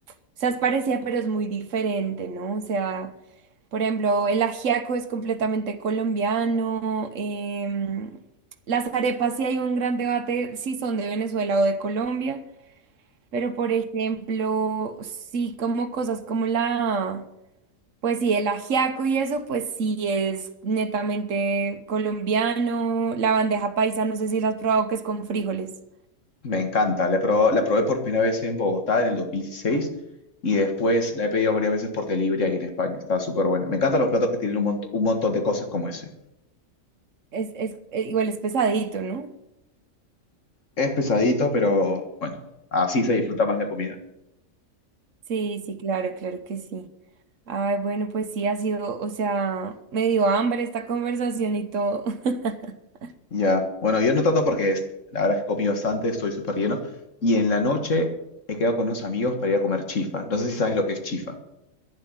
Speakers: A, on the right; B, on the left.
A: o sea, es parecida, pero es muy diferente, ¿no? O sea... Por ejemplo, el ajiaco es completamente colombiano. em, las arepas sí hay un gran debate si son de Venezuela o de Colombia. Pero, por ejemplo, sí como cosas como la, pues sí, el ajiaco y eso, pues sí es netamente colombiano. La bandeja paisa, no sé si la has probado, que es con frijoles.
B: Me encanta. La he probado- la probé por primera vez en Bogotá en el 2016 y después la he pedido varias veces por delivery ahí en España. Está súper buena. Me encantan los platos que tienen un, mont- un montón de cosas como ese.
A: Es, es, eh, igual es pesadito, ¿no?
B: Es pesadito, pero bueno, así se disfruta más la comida.
A: Sí, sí, claro, claro que sí. Ay, bueno, pues sí, ha sido, o sea, me dio hambre esta conversación y todo. <laughs>
B: Ya. Bueno, yo no tanto porque es- la verdad es que comí bastante, estoy súper lleno. Y en la noche he quedado con unos amigos para ir a comer chifa. No sé si sabes lo que es chifa.